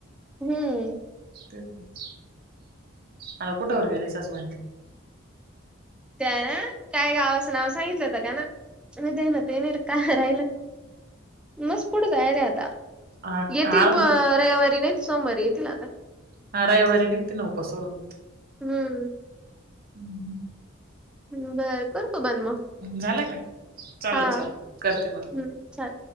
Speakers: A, in the centre; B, on the right.
A: हम्म
B: तेच ना आता कुठंवर गेल्याय सासूबाई
A: त्या काय गावाचं नाव सांगितलंत का न माझ्या ध्यानातय नाही का राहिलं मस पुढे जायले आता
B: हा
A: येतील
B: हा
A: प रविवारी नाही सोमवारी येतील आता
B: ह रविवारी निघतील ना उपास सोडून
A: हम्म
B: हम्म
A: बर कर करतो बन मग
B: झालं का चाल
A: हा
B: चाल करते पण
A: हम्म चालेल